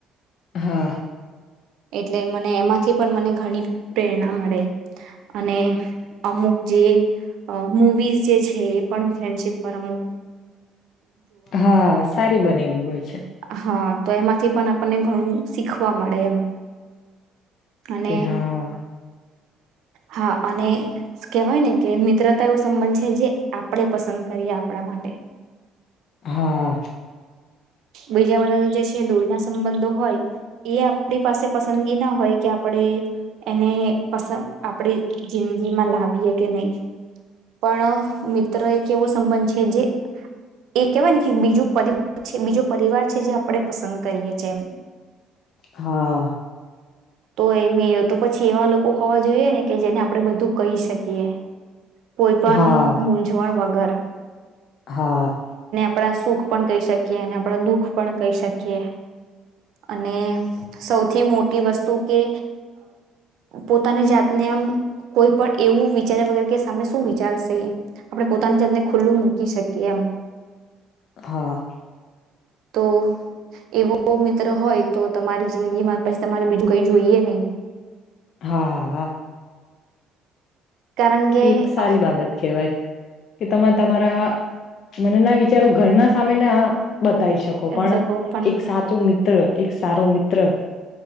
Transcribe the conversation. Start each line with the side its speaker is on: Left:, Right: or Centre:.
Left: હા
Right: એટલે મને એમાંથી પણ મને ઘણી પ્રેરણા મળે અને અમુક જે મુવીઝ જે છે પણ ફ્રેન્ડશિપ પર અમ
Left: હા સારી બનેલી હોય છે
Right: હા તો એમાંથી પણ આપણને ઘણું શીખવા મળે એમ અને
Left: કે હા
Right: હા અને કેહેવાય ને કે મિત્રતા એવો સંબંધ છે જે આપણે પસંદ કરીએ આપણા માટે
Left: હા
Right: બીજા બધા તો જે છે લોહીના સંબંધો હોય એ આપણી પાસે પસંદગી ના હોય કે આપણે એને પ આપણે જિંદગીમાં લાવીએ કે નહી પણ મિત્ર એક એવો સંબંધ છે જે એ કેહેવાય ને કે બીજુંર છે બીજો પરિવાર છે જે આપણે પસંદ કરીએ છે એ
Left: હા હ.
Right: તો એ મે તો પછી એવા લોકો ખવા જોઈએ ને. કે જેને આપડે બધું કહી શકીએ. કોઈ પણ
Left: હા
Right: મૂઝવણ વગર.
Left: હા.
Right: આપણા સુખ પણ કહી શકીએ અને આપણા દુઃખ પણ કહી શકીએ અને સૌથી મોટી વસ્તુ કે પોતાની જાત. એમ કોઈ પણ એવું વિચાર્યા વગર કે સાને શું વિચારશે આપણે પોતાની જાતને ખુલ્લું મૂકી શકીએ એમ.
Left: હા.
Right: તો એવો મિત્ર હોય તો તમારી જિંદગીમાં પછી તમારે બીજું કઈ જોઈએ નહી.
Left: હા હા હા.
Right: કારણ કે
Left: એક સારી
Right: આહ
Left: બાબત કહેવાય કે તમે તમારા. મને ના વિચારો ઘરના સામે ના. બતાવી શકો
Right: એમ
Left: પણ
Right: શકો પણ
Left: એક સાચો મિત્ર એક સારો મિત્ર.